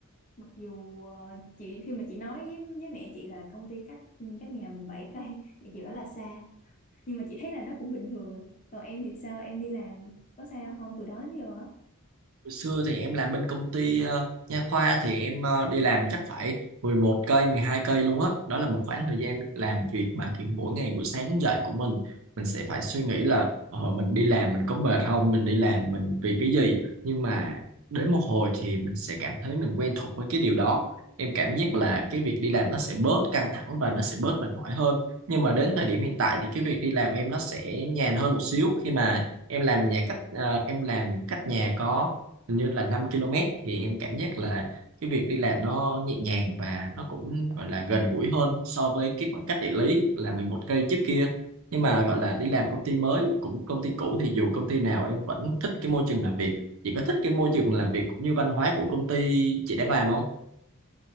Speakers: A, on the left; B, on the right.
A: mặc dù ờ, chị khi mà chị nói với với mẹ chị là công ty cách cách nhà mình 7 cây thì chị bảo là xa nhưng mà chị thấy là nó cũng bình thường còn em thì sao em đi làm có sao không từ đó đến giờ á
B: Hồi xưa thì em làm bên công ty ờ, nha khoa thì em ờ, đi làm chắc phải 11 cây, 12 cây luôn á. Đó là một khoảng thời gian làm việc mà kiểu mỗi ngày buổi sáng dậy của mình mình sẽ phải suy nghĩ là ờ, mình đi làm mình có mệt không, mình đi làm mình vì cái gì. Nhưng mà đến một hồi thì mình sẽ cảm thấy mình quen thuộc với cái điều đó. Em cảm giác là cái việc đi làm nó sẽ bớt căng thẳng và nó sẽ bớt mệt mỏi hơn. Nhưng mà đến thời điểm hiện tại thì cái việc đi làm em nó sẽ nhàn hơn một xíu khi mà em làm nhà cách ờ, em làm cách nhà có hình như là 5 km thì em cảm giác là cái việc đi làm nó nhẹ nhàng và nó cũng gọi là gần gũi hơn so với cái khoảng cách địa lý là 11 cây trước kia nhưng mà gọi là đi làm công ty mới cũng công ty cũ thì dù công ty nào em vẫn thích cái môi trường làm việc chị có thích cái môi trường làm việc cũng như văn hóa của công ty chị đang làm không